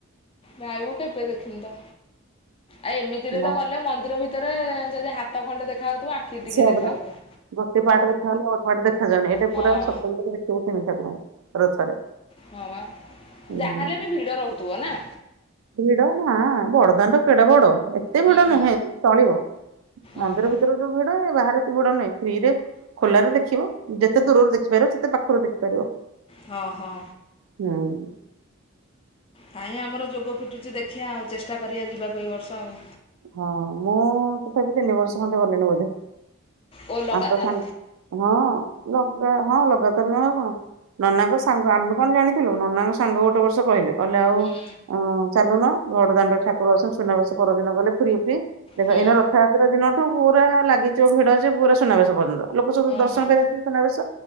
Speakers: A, on the left; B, on the right.
A: ନବ କେ ପେ ଦେଖିତ ଆଉ ଏମିତିରେ
B: ନା
A: ତ ଗଲେ ମନ୍ଦିର ଭିତରେ ହାତ ଖଣ୍ଡେ ଦେଖା ହଉଥିବ ଆଖି ଟିକେ
B: ସେଇଆ
A: ଦେଖା
B: ପରା
A: ହଉଥିବ।
B: ଗୋଟେ ପାଟ ଦେଖାଗଲେ ଗୋଟେ ପାଟ ଦେଖାଯାଉନି ଏଇଟା
A: ହଁ
B: ପୁରା ସ୍ଵତନ୍ତ୍ର ଦେଖିବ ତିନି ଠାକୁରଙ୍କୁ ରଥରେ।
A: ହଁ
B: ହୁଁ।
A: ଯାହାହେଲେ ବି ଭିଡ ରହୁଥିବ ନା।
B: ଭିଡ ନା ବଡଦାନ ତ କେଡ ବଡ। ଏତେ ଭିଡ
A: ହୁଁ।
B: ନୁହେଁ ଚଳିବ ମନ୍ଦିର
A: ଓହୋ।
B: ଭିତରେ ଯୋଉ ଭିଡ ବାହାରେ ଏତେ ବୁଡା ନଁ ଫ୍ରି ରେ ଖୋଲାରେ ଦେଖିବ ଯେତେ ଦୂରରୁ ଦେଖିପାରିବ ସେତେ ପାଖରୁ ଦେଖିପାରିବ।
A: ହଁ ହଁ।
B: ହୁଁ।
A: ହାଇଁ ଆମର ଯୋଗ ଫିଟୁଛି ଦେଖିବା ଆଉ ଚେଷ୍ଟା କରିବା ଯିବାକୁ ଏଇ ବର୍ଷ ଆଉ।
B: ହଁ ମୁଁ ତଥାପି ତିନି ବର୍ଷ ଖଣ୍ଡେ ଗଲିଣି ବୋଧେ।
A: ଓ ଲଗାତାର?
B: ଆପେ ସା ହଁ ଲଗା ହଁ ଲଗାତର ନୁହେଁ ଆଉ କଣ। ନନାଙ୍କ ସାଙ୍ଗ ଆମେ କଣ ଜାଣିଥିଲୁ ନନାଙ୍କ ସାଙ୍ଗ ଗୋଟେ ବର୍ଷ କହିଲେ। ଗଲେ ଆଉ
A: ହୁଁ।
B: ଅ ଚାଲୁନ ବଡ଼ଦାଣ୍ଡ ରେ ଠାକୁର ଅଛନ୍ତି ସୁନାବେସ ପରଦିନ ଗଲେ ପୁରୀ ଦେଖି ଦେଖ
A: ହୁଁ
B: ଏଇନା ରଥଯାତ୍ରା ଦିନଠୁ ପୁରା ଲାଗିଯିବ ଭିଡ ସେ ପୁରା ସୁନାବେଶ ପର୍ଯ୍ୟନ୍ତ। ଲୋକ ସବୁ
A: ଓହୋ
B: ଦର୍ଶନ କରି ଆସିବେ ସୁନାବେଶ,